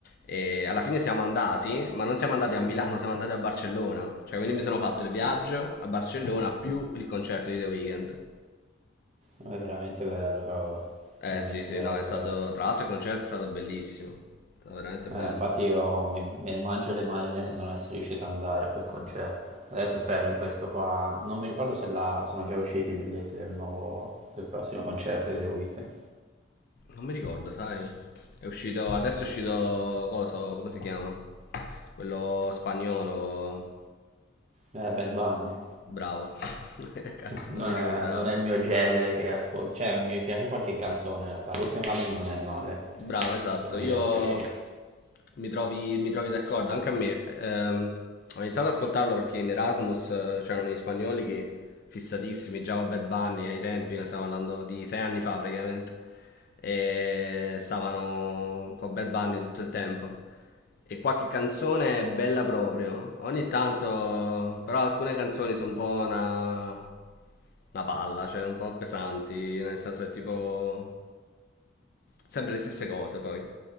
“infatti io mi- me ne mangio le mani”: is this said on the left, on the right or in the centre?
Right